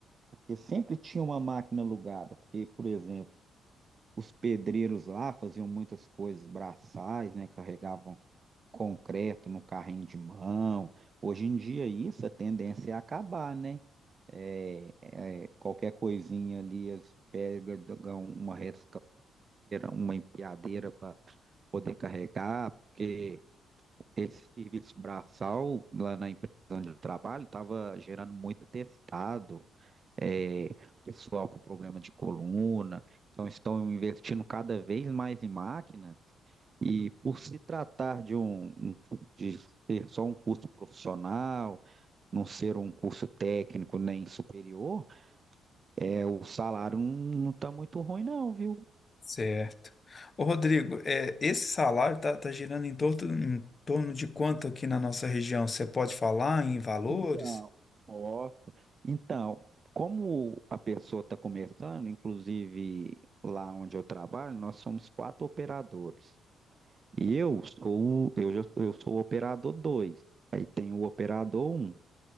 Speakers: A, on the right (about 40°); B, on the left (about 35°).
A: porque sempre tinha uma máquina alugada. Porque, por exemplo, os pedreiros lá faziam muitas coisas braçais, né? Carregavam concreto no carrinho de mão. Hoje em dia isso a tendência é acabar, né? É, é, qualquer coisinha ali eles pegam uma reta uma empilhadeira para poder carregar, porque esse serviço braçal lá na empresa onde eu trabalho estava gerando muito atestado, é, pessoal com problema de coluna, então estão investindo cada vez mais em máquinas, e por se tratar de um, um- de ser só um curso profissional, não ser um curso técnico nem superior, é, o salário não está muito ruim, não, viu?
B: Certo. Ô, Rodrigo, é, esse salário tá, tá girando em torno, em torno de quanto aqui na nossa região? Você pode falar em valores?
A: Então, ó, Então, como a pessoa está começando, inclusive lá onde eu trabalho, nós somos quatro operadores. E eu sou, o- eu, já- eu sou o operador dois Aí tem o operador um